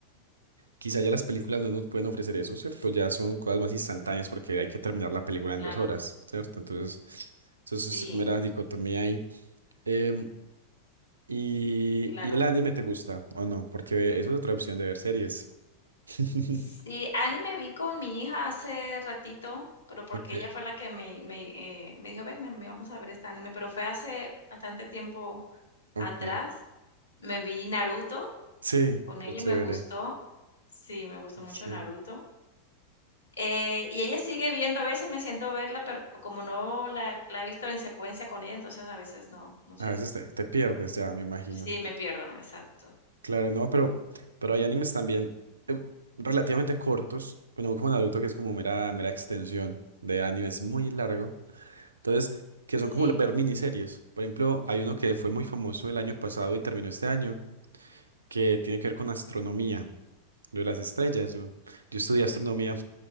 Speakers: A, on the right; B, on the left.
A: quizá ya las películas no nos pueden ofrecer eso, ¿cierto? Ya son cosas más instantáneas porque hay que terminar la película
B: Claro,
A: en dos horas, ¿cierto? Entonces, eso es
B: sí,
A: mera dicotomía ahí. Em, ¿Y,
B: claro.
A: y el anime te gusta o no? Porque eso es otra opción de ver series. <laughs>
B: Sí, anime vi con mi hija hace ratito, pero porque
A: Ok,
B: ella fue la que me, me, eh, me dijo, ven, me, me vamos a ver este anime, pero fue hace bastante tiempo
A: ok.
B: atrás. Me vi Naruto,
A: Sí,
B: con
A: qué
B: ella
A: chévere.
B: me gustó, sí, me gustó mucho
A: Sí.
B: Naruto. Eh, y ella sigue viendo, a veces me siento a verla, pero como no la, la he visto en secuencia con ella, entonces a veces no, no sé.
A: A veces te, te pierdes ya, me imagino.
B: Sí, me pierdo, exacto.
A: Claro, no, pero, pero hay animes también eh, relativamente cortos. Bueno, como Naruto, que es como mera, mera extensión de animes muy largo. Entonces, que
B: Sí,
A: son como ver miniseries. Por ejemplo, hay uno que fue muy famoso el año pasado y terminó este año, que tiene que ver con astronomía, lo de las estrellas. Yo, yo estudié astronomía